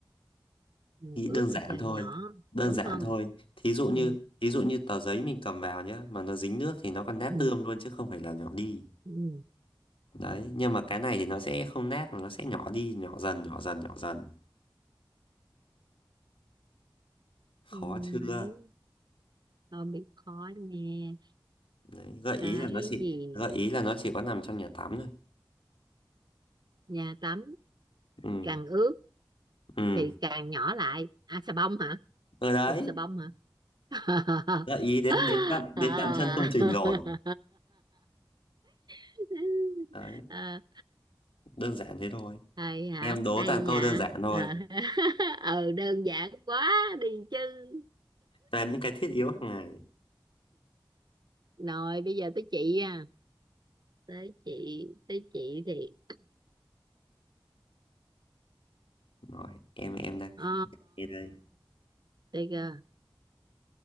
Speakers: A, on the right; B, on the left.
A: càng
B: Nghĩ
A: ướt
B: đơn giản
A: thì càng
B: thôi.
A: nhỏ
B: Đơn
A: đúng
B: giản
A: không
B: thôi. Thí dụ như
A: ừ.
B: thí dụ như tờ giấy mình cầm vào nhá, mà nó dính nước thì nó còn nát
A: Ừ.
B: tươm luôn chứ không phải là nhỏ đi.
A: Ừ.
B: Đấy, nhưng mà cái này thì nó sẽ không nát, nó sẽ nhỏ đi, nhỏ dần, nhỏ dần, nhỏ dần. Khó
A: Không
B: chưa?
A: ấy không biết khó nghe
B: Đấy, gợi ý
A: cái
B: là nó chỉ
A: gì
B: gợi ý là nó chỉ có nằm trong nhà tắm thôi.
A: nhà tắm
B: Ừ,
A: càng ướt
B: ừ.
A: thì càng nhỏ lại à xà bông hả
B: Ở đấy,
A: cục xà bông hả <laughs>
B: gợi ý đến đến tận đến
A: à.
B: tận chân công trình rồi.
A: <laughs>
B: Đấy,
A: À,
B: đơn giản thế thôi.
A: Hay hả?
B: Em đố
A: Hay
B: toàn
A: nha.
B: câu đơn giản thôi,
A: Ờ <laughs> ừ, đơn giản quá đi chứ.
B: toàn những cái thiết yếu hàng ngày.
A: Rồi bây giờ tới chị à. Tới chị, tới chị thì
B: Rồi, em em đây,
A: ờ
B: em đây.
A: đây kìa.